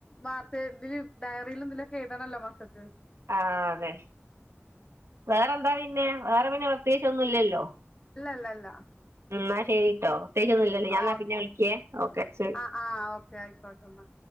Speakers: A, on the left; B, on the right.
A: വാർത്ത ഇതില് ഡയറില് എന്തലക്കെ എഴുതനല്ലൊ മക്കക്ക്
B: ആ അതെ വേറെന്താ പിന്നെ വേറെ പിന്നെ പ്രത്യേകിച്ചൊന്നുയില്ലല്ലോ
A: ഇല്ലല്ലല്ല
B: എന്നാ ശരിട്ടോ പ്രത്യേകിച്ചൊന്നുയില്ലല്ലോ ഞാനന്ന
A: ആഹ്
B: പിന്നെ വിളിക്കേ ഓക്കെ ശരി
A: ആഹ് ആഹ് ഓക്കെ ആയിക്കോട്ടെന്ന